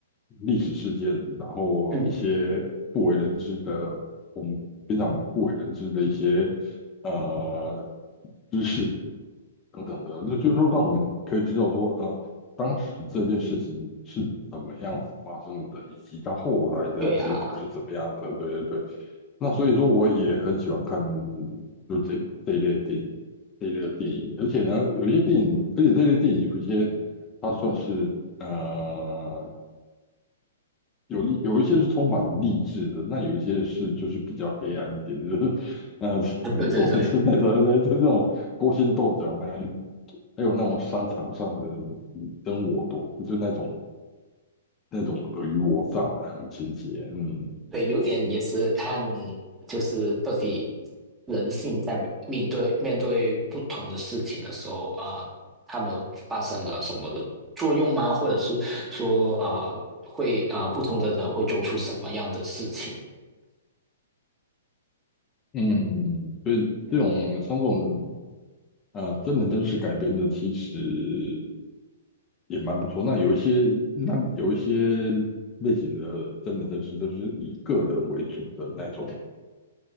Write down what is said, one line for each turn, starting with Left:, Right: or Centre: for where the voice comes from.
Left: 历史事件，然后一些不为人知的，
Right: 嗯，
Left: 我们平常不为人知的一些呃知识等等的，那就是说让我们可以知道说，呃，当时这件事情是怎么样子发生的，以及它后来的结果是怎么样的。
Right: 对啊，
Left: 对对对，那所以说我也很喜欢看就这这一类的电影。这一类的电影，而且呢，有一些电影，而且这类电影有一些，它算是呃有励，有一些是充满励志的，那有一些是就是比较黑暗一点的，<laughs> 就是呃怎么说，
Right: 对对对。
Left: 就是那种就是这种勾心斗角那一，还有那种商场上的你争我夺，就那种那种尔虞我诈的那种情节，嗯
Right: 对，有点也是看，就是到底人性在面对面对不同的事情的时候啊、呃他们发生了什么的作用吗？或者是说啊、呃会啊、呃不同的人会做出什么样的事情？
Left: 嗯，所以这种像这种
Right: 嗯
Left: 呃真人真事改编的，其实。也蛮不错。那有一些，那有一些类型的，真的真是都是以个人为主的那种，